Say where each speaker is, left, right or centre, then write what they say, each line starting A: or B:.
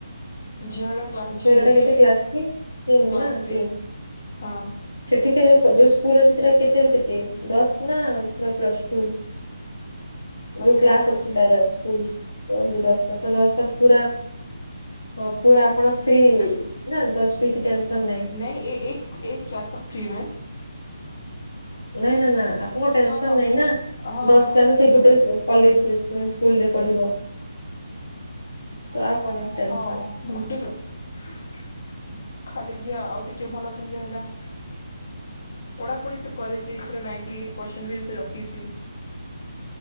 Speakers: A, on the left; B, on the left.
A: ଝିଅର କ୍ଲାସ
B: ଉଁ ଝିଅର
A: ଥ୍ରୀ
B: ଏଟା କେତେ କ୍ଲାସ୍ କି ତିନ୍
A: କ୍ଲାସ
B: ନା
A: ଥ୍ରୀ
B: ତିନ୍।
A: ହଁ।
B: ସେଠିକେ ଯୋଉ କ ଯୋଉ ସ୍କୁଲ ଅଛି ସେଟା କେତେ ରୁ କେତେ ଦଶ ନା ପୁରା ପ୍ଲସ୍ ଟୁ। ଯୋଉ
A: ଟେନ୍
B: କ୍ଲାସ
A: ତକ
B: ଅଛି
A: ମ୍ୟାମ।
B: ତାର ସ୍କୁଲର। ପଢିକି ଦଶଟା ତ ଦଶ ତ ପୁରା ହଁ ପୁରା ଆପଣ ଫ୍ରି ନା <unintelligible> କିଛି ଟେନସନ୍ ନାହିଁ।
A: ନାଇଁ ଏ ଏଇ ଏଇଟ୍ କ୍ଲାସ୍ ତକ୍ ଫ୍ରି ମେ
B: ନାଇଁ ନା ନା ଆପଣ ଟେନସନ୍
A: ହଁ ହଁ
B: ନାଇଁ ନା
A: ହଁ
B: ଦଶ
A: ହଁ
B: କ୍ଲାସରେ ସେଇ ଗୋଟାଏ ଶ୍ରେ କଲେଜ ସେଇ <unintelligible> ସ୍କୁଲରେ ପଢିବ। ତ ଆଉ କଣ ଟେନସନ।
A: ହଁ ଭୁବନେଶ୍ଵର ଖାଲି ଝିଅ ଆଉ ଟିକେ ଭଲ ପିଥିଲେ ହେଲା। ପଢାପଢି ସେ କରିଚି ଏଥର ନାଇଟ୍ ଏଇଟିପସେଣ୍ଟ ବି ସେ ରଖିଚି।